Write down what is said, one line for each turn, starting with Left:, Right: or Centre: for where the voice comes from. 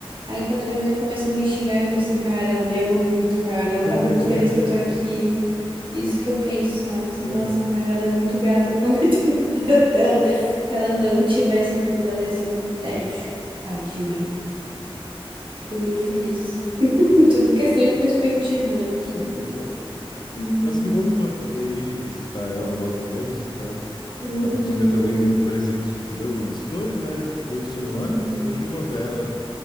Right: Aí quando a minha mãe começa a me xingar, eu penso assim, cara, ela me ama muito, cara.
Left: <laughs>
Right: Ela tá muito feliz que eu tô aqui. Isso que eu penso, sabe? Assim,
Left: Aham.
Right: nossa, cara, ela é muito grata <laughs> por me ter <laughs> na vida dela. Se ela não me tivesse, a vida dela ia ser um tédio. Tadinha. Fico muito feliz. <laughs>
Left: Ah,
Right: Tudo
Left: que bom.
Right: questão de perspectiva, né?
Left: Sim, pois é.
Right: Uhum.
Left: Mas que bom que tu vai poder ir visitar ela logo menos, então.
Right: Uhum.
Left: Dá pra tu ver também o presente que tu deu, os dois, né? Tu deu o celular,
Right: Uhum.
Left: mas tu não chegou a ver ela